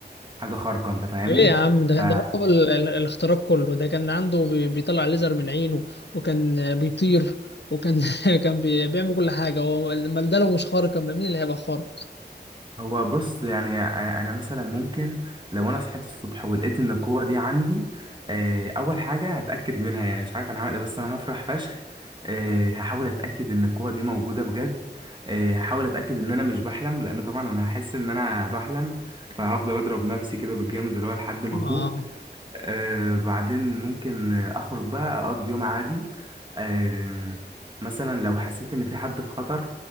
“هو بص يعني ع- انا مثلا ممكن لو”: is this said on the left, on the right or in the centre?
Right